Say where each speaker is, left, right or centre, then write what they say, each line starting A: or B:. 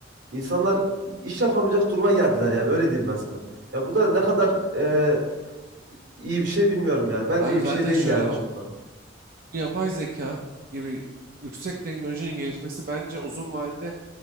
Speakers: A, on the right (about 75°); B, on the right (about 50°).
A: İnsanlar iş yapamayacak duruma geldiler yani öyle diyeyim ben sana. Ya bu da ne kadar e, iyi bir şey bilmiyorum yani. Bence
B: Abi
A: iyi
B: zaten
A: bir şey değil
B: şöyle
A: yani
B: bak.
A: çok da.
B: Bu yapay zeka gibi yüksek teknolojinin gelişmesi bence uzun vadede